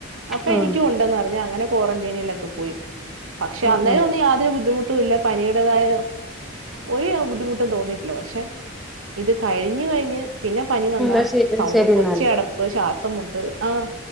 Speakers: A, on the right (about 80°); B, in the centre.
A: അപ്പൊ
B: ഉം
A: എനിക്കും ഉണ്ടെന്ന് അറിഞ്ഞ അങ്ങനെ ക്വാറന്റൈനിലൊക്കെ പോയി പക്ഷേ
B: ഉം
A: അന്നേരം
B: ഉം
A: യാതൊരു ബുദ്ധിമുട്ട് ല്ല പനിയുടതായ ഒരു ബുദ്ധിമുട്ട് തോന്നിയിട്ടില്ല പക്ഷെ ഇത് കഴിഞ്ഞു കഴിഞ്ഞ് പിന്നെ പനി വന്ന
B: എന്നാ ശരി
A: സൗണ്ട്
B: ശരി എന്നാല്
A: ഒച്ചട ഇപ്പൊ ശ്വാസം മുട്ട് ആഹ്